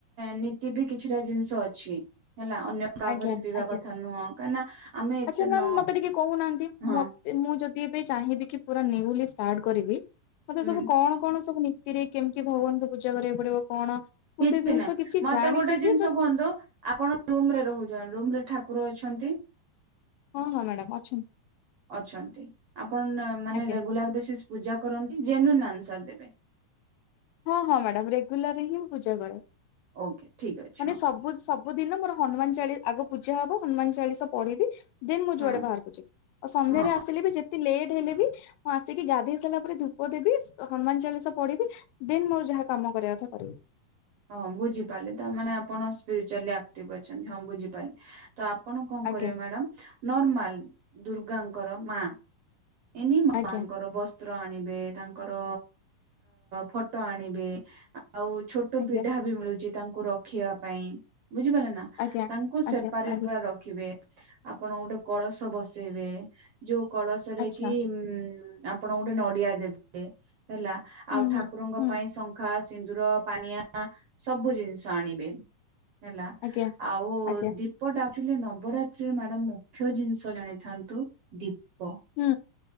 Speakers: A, on the right; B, on the left.
A: ନୀତି ବି କିଛିଟା ଜିନିଷ ଅଛି ହେଲା ଅନ୍ୟ କାହାଘରେ
B: ଆଜ୍ଞା
A: ପିଇବା
B: ଆଜ୍ଞା।
A: କଥା ନୁହଁ କାହିଁକିନା ଆମେ ଏତେ
B: ଆଚ୍ଛା ମ୍ୟାାମ
A: ନ
B: ମତେ ଟିକେ କହୁନାହାନ୍ତି
A: ହଁ
B: ମୋତେ ମୁଁ ଯଦି ଏବେ ଚାହିଁବି କି ପୁରା ନିୟୁଲି ଷ୍ଟାର୍ଟ କରିବି ମତେ
A: ହୁଁ
B: ସବୁ କଣ କଣ ସବୁ ନୀତି ରେ କେମିତି ଭଗବାନଙ୍କୁ ପୂଜା କରିବାକୁ ପଡିବ କଣ? ମୁଁ
A: କିଛି
B: ସେଇ ଜିନିଷ
A: ନା
B: କିଛି
A: ମତେ
B: ଜାଣିଛି
A: ଗୋଟେ ଜିନିଷ
B: ଯେ ବଟ୍
A: କୁହନ୍ତୁ ଆପଣ ରୁମ ରେ ରହୁଛ ରୁମରେ ଠାକୁର ଅଛନ୍ତି?
B: ହଁ ହଁ ମ୍ୟାଡାମ ଅଛନ୍ତି
A: ଅଛନ୍ତି ଆପଣ ମାନେ
B: ଆଜ୍ଞା
A: ରେଗୁଲାର ବେସିସ୍ ପୂଜା କରନ୍ତି ଜେନୁଇନ୍ ଆନ୍ସର ଦେବେ।
B: ହଁ ହଁ ମ୍ୟାଡାମ ରେଗୁଲାର ହିଁ ପୂଜା କରେ
A: ଓକେ ଠିକ ଅଛି
B: ମାନେ
A: ହଁ
B: ସବୁ ସବୁ ସବୁ ଦିନ ମୋର ହନୁମାନ ଚାଳିଶା ଆଗ ପୂଜା ହବ ହନୁମାନ ଚାଳିଶା ପଢିବି ଦେନ ମୁଁ
A: ହଁ
B: ଯୁଆଡେ ବାହାରକୁ ଯିବି। ସନ୍ଧ୍ୟାରେ
A: ହଁ
B: ଆସିଲେ ବି ଯେତେ ଲେଟ୍ ହେଲେ ବି ମୁଁ ଆସିକି ଗାଧେଇ ସାରିଲା ପରେ ଧୂପ ଦେବି ହନୁମାନ ଚାଳିଶା ପଢିବି ଦେନ୍ ମୋର ଯାହା କାମ କରିବା କଥା କରିବି।
A: ହଁ ବୁଝିପାରିଲି ତ ମାନେ ଆପଣ ସ୍ପିରିଚୁଆଲି ଆକ୍ଟିଭ ଅଛନ୍ତି ବୁଝିପାରିଲି। ତ ଆପଣ କଣ
B: ଆଜ୍ଞା
A: କରିବେ ମ୍ୟାଡାମ ନର୍ମାଲ ଦୁର୍ଗାଙ୍କର ମାଆ ଏନି ମାଙ୍କର
B: ଆଜ୍ଞା
A: ବ ତ୍ର ଆଣିବେ ତାଙ୍କର ଫଟୋ ଆଣିବେ ଆଉ ଛୋଟ
B: ଆଜ୍ଞା।
A: ପିଢା ବି ମିଳୁଛି ତାଙ୍କୁ ରଖିବା ପାଇଁ ବୁଝିପାରିଲେ ନା
B: ଆଜ୍ଞା
A: ତାଙ୍କୁ
B: ଆଜ୍ଞା
A: ସେପାରେଟ
B: ଆଜ୍ଞା
A: ପୁରା ରଖ ରଖିବେ ଆପଣ ଗୋଟେ କଳସ ବସେଇବେ ଯୋଉ କଳସରେ
B: ଆଚ୍ଛା
A: କି ଆପଣ ଗୋଟେ ନଡିଆ ଦେବେ ହେଲା
B: ହୁଁ
A: ଆଉ
B: ହୁଁ
A: ଠାକୁରଙ୍କ
B: ହୁଁ
A: ପାଇଁ ଶଙ୍ଖା ସିନ୍ଦୁର ପାନିଆ ସବୁ ଜିନିଷ ଆଣିବେ। ହେଲା
B: ଆଜ୍ଞା
A: ଆଉ
B: ଆଜ୍ଞା
A: ଦୀପ ଟା ଆକଚୁଆଲି ନବରାତ୍ରିରେ ମ୍ୟାଡାମ୍ ମୁଖ୍ୟ ଜିନିଷ ଜାଣିଥାନ୍ତୁ ଦୀପ।
B: ହୁଁ।